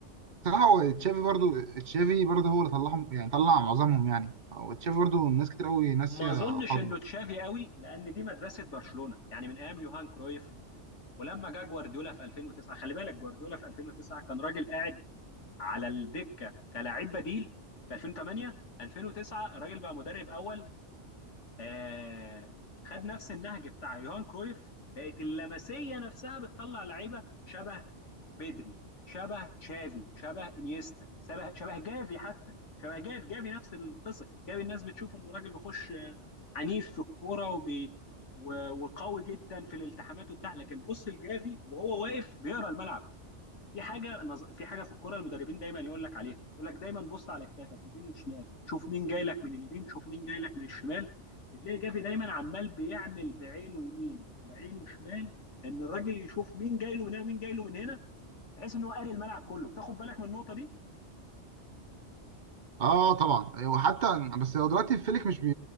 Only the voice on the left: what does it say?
ما اظنش
انه تشافي قوي لان دي مدرسه برشلونه يعني من ايام يوهان كرويف ولما جه جوارديولا في 2009 خلي بالك جوارديولا في 2009 كان راجل قاعد على الدكه كلاعب بديل في 2008 2009 الراجل بقى مدرب اول آه خد نفس النهج بتاع يوهان كرويف بقت اللمسيه نفسها بتطلع لعيبه شبه بدري شبه تشافي شبه انيستا شبه شبه جافي حتى شبه جافي جافي نفس القصه جافي الناس بتشوفه انه راجل بيخش آه، عنيف في الكوره وبي و- وقوي جدا في الالتحامات وبتاع لكن بص الجافي وهو واقف بيقرا الملعب في حاجه نظ- في حاجه في الكوره المدربين دايما يقول لك عليها يقول لك دايما بص على كتافك يمين وشمال شوف مين جاي لك من اليمين شوف مين جاي لك من الشمال بتلاقي جافي دايما عمال بيعمل بعينه يمين وعينه شمال ان الراجل يشوف مين جاي له من هنا ومين جاي له من هنا بحيث ان هو قاري الملعب كله بتاخد بالك من النقطه دي